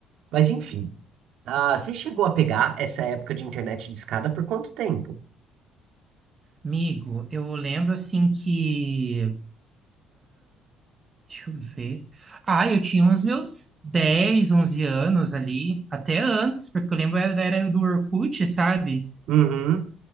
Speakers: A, on the right (about 65°); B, on the right (about 20°).
A: Mas enfim. Ah, você chegou a pegar essa época de internet de escada por quanto tempo?
B: Amigo, eu lembro assim que. Deixa eu ver. Ah, eu tinha uns meus 10, 11 anos ali, até antes, porque eu lembro era da era do Orkut, sabe?
A: Uhum.